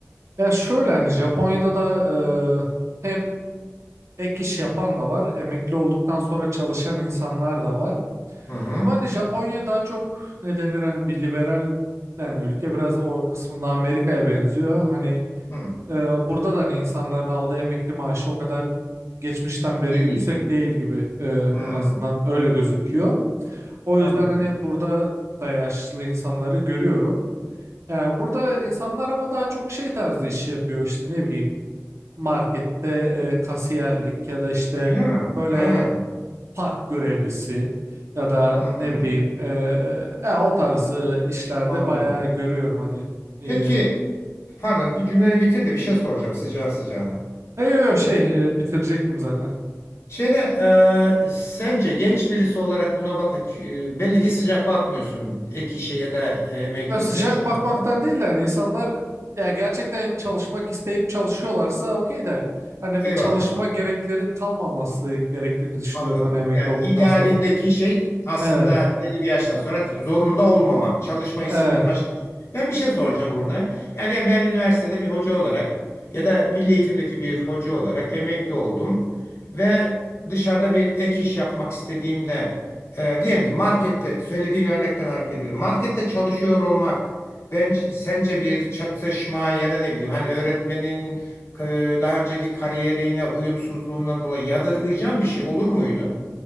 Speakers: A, on the right; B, on the left.
A: Ya şöyle hani Japonya'da da e, hem ek iş yapan da var, emekli olduktan sonra çalışan insanlar da var.
B: Hı hı.
A: Ama hani Japonya daha çok ne denir hani bir liberal yani ülke biraz o kısmında Amerika'ya benziyor. Hani
B: Hı.
A: e, burada da hani insanların aldığı emekli maaşı o kadar geçmişten beri
B: İyi
A: yüksek
B: değil.
A: değil gibi e,
B: Hı.
A: en azından öyle gözüküyor. O
B: Anladım.
A: yüzden hani burada da yaşlı insanları görüyorum. Yani burada insanlar ama daha çok şey tarzı iş yapıyor işte ne bileyim markette e, kasiyerlik ya da işte
B: Öyle mi?
A: böyle
B: Ha.
A: park görevlisi ya da
B: Hı
A: ne
B: hı.
A: bileyim eee, ya o tarz eee, işlerde
B: Anladım.
A: bayağı görüyorum hani. Eee
B: Peki. Pardon, bir cümleni bitir de bir şey soracağım sıcağı sıcağına.
A: e, yo, şey eee, bitirecektim zaten.
B: Şeyde e, sence genç birisi olarak buna bak e, belli ki sıcak bakmıyorsun ek işe ya da e, emeklilikte
A: Ya sıcak
B: çalışma.
A: bakmaktan değil de hani insanlar ya gerçekten çalışmak isteyip çalışıyorlarsa okey de hani
B: Eyvallah.
A: bir çalışma gerekleri kalmaması gerektiğini düşünüyorum
B: Anladım.
A: hani emekli
B: Yani
A: olduktan
B: idealindeki
A: sonra.
B: şey aslında
A: Evet,
B: belli bir yaştan sonra zorunda olmamak, çalışma
A: evet.
B: istemek başka bir şey. Ben bir şey soracağım burada. Yani ben üniversitede bir hoca olarak ya da milli eğitimdeki bir hoca olarak emekli oldum ve dışarıda bir ek iş yapmak istediğimde e, diyelim ki markette söylediğin örnekten hareket ediyorum. Markette çalışıyor olmak bence sence bir çatışma ya da ne bileyim hani öğretmenin ka- daha önceki kariyerine uyumsuzluğundan dolayı yadırgayacağın bir şey olur muydu?